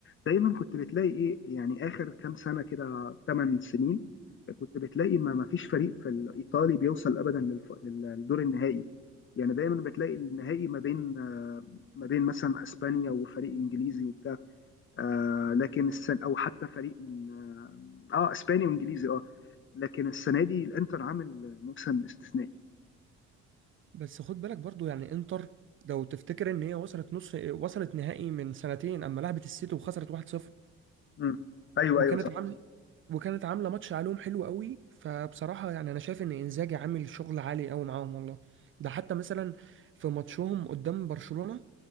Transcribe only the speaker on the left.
دايما كنت بتلاقي ايه يعني اخر كام سنه كده 8 سنين كنت بتلاقي ما ما فيش فريق في الايطالي بيوصل ابدا للف- للدور النهائي يعني دايما بتلاقي النهائي ما بين آه، ما بين مثلا اسبانيا وفريق انجليزي وبتاع آه، لكن السنه او حتى فريق من اه آه، اسباني وانجليزي اه لكن السنه دي الانتر عامل موسم استثنائي
مم. ايوه
ايوه